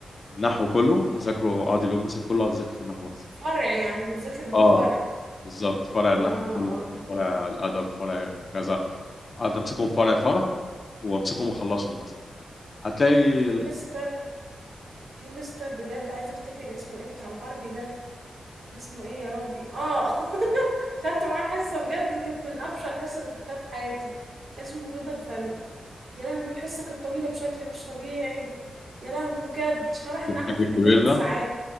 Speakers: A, on the left (about 40°); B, on the right (about 60°).
A: النحو كله اذاكره اقعد اليوم مثلا كله اقعد اذاكر في النحو بس
B: فرع يعني بتذاكر بالفرع
A: اه بالظبط فرع
B: اه
A: النحو كله
B: اه
A: فرع الادب فرع كذا اقعد امسكهم فرع فرع وامسكهم واخلصهم مثلا هتلاقي
B: في مستر في مستر بجد عايزة افتكر اسمه ايه بتاع العربي ده اسمه ايه يا ربي اه <laughs> خدت معاه حصة بجد دي كانت من أبشع الحصة اللي خدتها في حياتي اسمه رضا الفاروق يا لهوي الحصة كانت طويلة بشكل مش طبيعي يا لهوي بجد شرح النحو
A: الحاج
B: في
A: الكبير
B: يجي 8
A: ده
B: ساعات